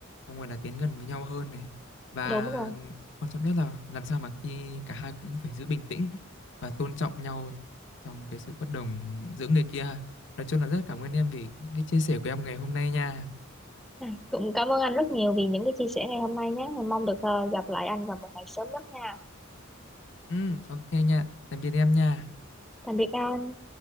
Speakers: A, on the left; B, in the centre.
A: xong rồi là tiến gần với nhau hơn này và
B: đúng rồi
A: quan trọng nhất là làm sao mà khi cả hai cũng phải giữ bình tĩnh và tôn trọng nhau trong cái sự bất đồng giữa người kia ha. nói chung là rất cảm ơn em vì những cái chia sẻ của em ngày hôm nay nha
B: Này, cũng cảm ơn anh rất nhiều vì những cái chia sẻ ngày hôm nay nhé. Mình mong được ờ, gặp lại anh vào một ngày sớm nhất nha.
A: ừ ok nha tạm biệt em nha
B: Tạm biệt anh.